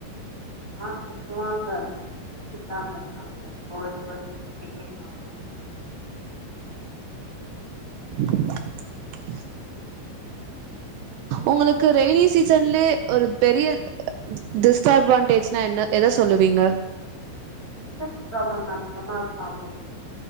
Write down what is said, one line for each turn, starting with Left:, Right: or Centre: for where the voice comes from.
Centre: ஆ திட்டுவாங்க திட்டாமாருப்பாங்ளா கோல்டு வரு வெளியே வா
Right: <inaudible> உங்களுக்கு ரெய்னி சீசன்லயே ஒரு பெரிய டிஸ்ட் அட்வான்டேஜ்னா என்ன எத சொல்லுவீங்க
Centre: <unintelligible> அப்ப